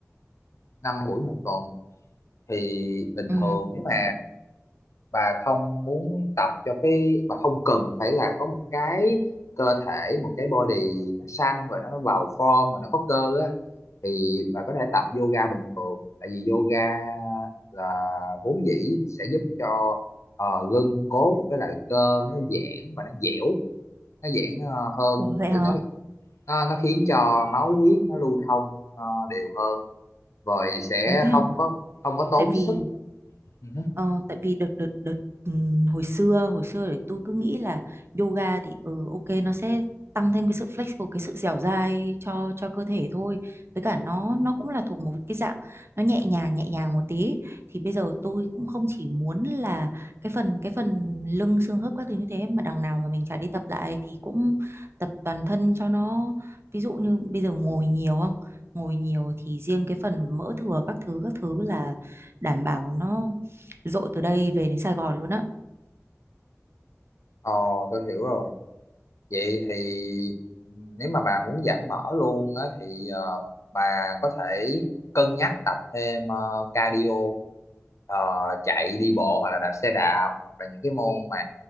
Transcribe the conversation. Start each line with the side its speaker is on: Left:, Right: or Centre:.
Left: năm buổi một tuần thì bình
Right: ừ.
Left: thường nếu mà bà không muốn tập cho cái bà không cần phải là có một cái cơ thể một cái body nó săn rồi nó vào form rồi nó có cơ á thì bà có thể tập yoga bình thường tại vì yoga là vốn dĩ sẽ giúp cho ờ, gân cốt với lại cơ nó giãn và nó dẻo nó giãn ờ, hơn
Right: Ủa vậy
Left: để
Right: hả?
Left: nó nó nó khiến cho máu huyết nó lưu thông ờ, đều hơn rồi sẽ
Right: Ủa thế hả?
Left: không có không có tốn
Right: Tại vì
Left: sức Ừ.
Right: Ờ, tại vì đợt đợt đợt ừm, hồi xưa hồi xưa thì tôi cứ nghĩ là yoga thì ừ, ok nó sẽ tăng thêm cái sự flexible cái sự dẻo dai cho cho cơ thể thôi với cả nó nó cũng là thuộc một cái dạng nó nhẹ nhàng nhẹ nhàng một tí thì bây giờ tôi cũng không chỉ muốn là cái phần cái phần lưng xương khớp các thứ như thế mà đằng nào mà mình chả đi tập lại thì cũng tập toàn thân cho nó ví dụ như bây giờ ngồi nhiều không ngồi nhiều thì riêng cái phần mỡ thừa các thứ các thứ là đảm bảo nó dội từ đây về đến Sài Gòn luôn á
Left: Ờ, tôi hiểu rồi vậy thì nếu mà bà muốn giãn mỡ luôn á thì ờ, bà có thể cân nhắc tập thêm ờ, cardio Ờ, chạy đi bộ hoặc là đạp xe đạp hoặc là những cái môn mà